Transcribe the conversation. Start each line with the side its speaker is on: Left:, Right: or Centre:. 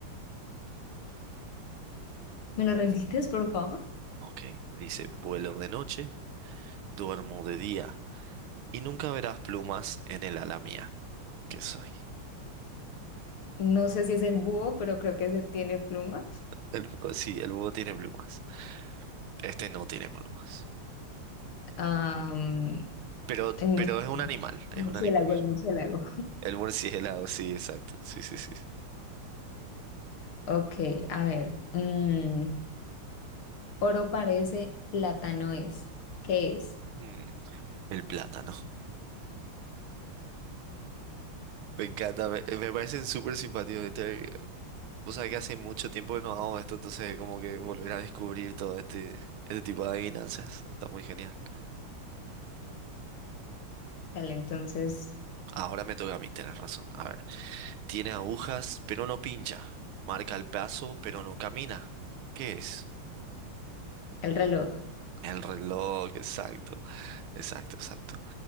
Left: ¿Me lo repites, por favor?
Right: Ok, dice, vuelo de noche, duermo de día, y nunca verás plumas en el ala mía. ¿Qué soy?
Left: No sé si es el búho, pero creo que se tiene plumas.
Right: El, búho. sí, el búho tiene plumas. Este no tiene plumas.
Left: Am,
Right: Pero,
Left: el
Right: pero es un
Left: murciélago.
Right: animal,
Left: El
Right: es
Left: Murciélago,
Right: un animal.
Left: el murciélago.
Right: El murciélago, sí, exacto. Sí, sí, sí.
Left: Ok, a ver. mm, oro parece, plátano es. ¿Qué es?
Right: Mm, el plátano. Me encanta, me, me parecen súper simpáticos. Este, o sea que hace mucho tiempo que no hago esto, entonces como que volver a descubrir todo este, este tipo de adivinanzas. Está muy genial.
Left: Dale, entonces,
Right: Ahora me toca a mí, tienes razón. A ver, tiene agujas, pero no pincha. Marca el paso, pero no camina. ¿Qué es?
Left: el reloj.
Right: El reloj, exacto, exacto, exacto.